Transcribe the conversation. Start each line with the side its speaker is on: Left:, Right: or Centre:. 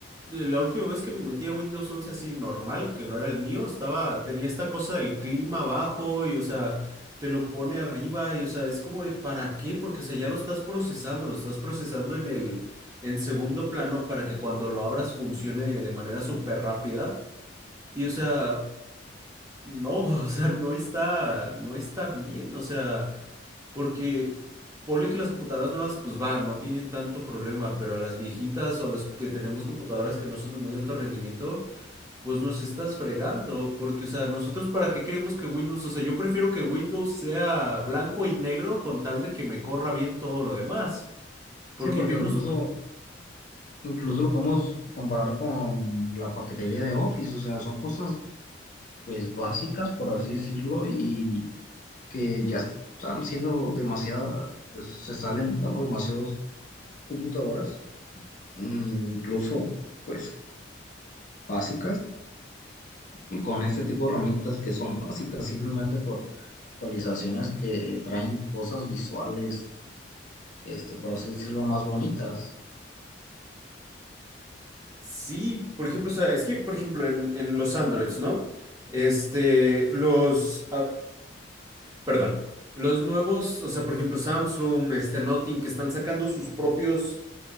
Right: la última vez que me metí a Windows 11 así normal, que no era el mío, estaba, tenía esta cosa del clima abajo y, o sea, te lo pone arriba y, o sea, es como de ¿para qué? Porque, o sea, ya lo estás procesando, lo estás procesando en el, en segundo plano para que cuando lo abras funcione de manera súper rápida. Y, o sea, no, <laughs> o sea, no está, no está bien, o sea, porque ponle que las computadoras nuevas, pues van, no tienen tanto problema, pero a las viejitas o a las que tenemos computadoras que no son de muy alto rendimiento, pues nos estás fregando, porque, o sea, nosotros para qué queremos que Windows, o sea, yo prefiero que Windows sea blanco y negro con tal de que me corra bien todo lo demás, porque
Left: Sí, porque
Right: yo
Left: incluso
Right: no, s-
Left: Incluso lo podemos comparar con la paquetería de Office, o sea, son cosas pues básicas, por así decirlo, y que ya están siendo demasiado, se están alentando demasiadas computadoras, mm, incluso pues básicas, y con este tipo de herramientas que son básicas simplemente por actualizaciones que traen cosas visuales, este, por así decirlo, más bonitas.
Right: sí, por ejemplo, o sea, es que, por ejemplo, en, en los Androids, ¿no? Este, los... ah, Perdón. Los nuevos, o sea, por ejemplo, Samsung, este Nothing, que están sacando sus propios